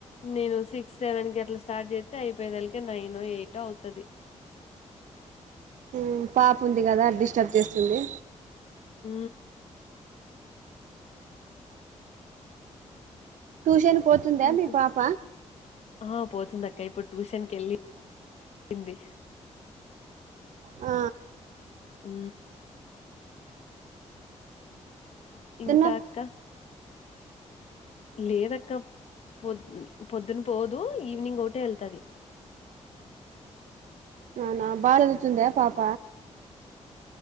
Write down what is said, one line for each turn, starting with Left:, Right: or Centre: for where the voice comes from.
Left: నేను సిక్స్ సెవెన్ కి ఎట్లా స్టార్ట్ చేతే అయిపోయేదలకి నైన్ ఎయిట్ అవుతది
Right: ఊ పాపు ఉంది కదా డిస్టర్బ్ చేస్తుంది
Left: ఊ
Right: ట్యూషన్ పోతుందా
Left: ఇంకా
Right: మీ పాప
Left: ఆ పోతుంది అక్క ఇప్పుడు ట్యూషన్కి వెళ్ళింది
Right: ఆ
Left: ఊ ఇంకా
Right: చిన్న
Left: అక్క లేదక్క పొద్ పొద్దున పోదు ఈవినింగ్ ఒకటే వెళ్తది
Right: నానా బా చదుతుంద పాప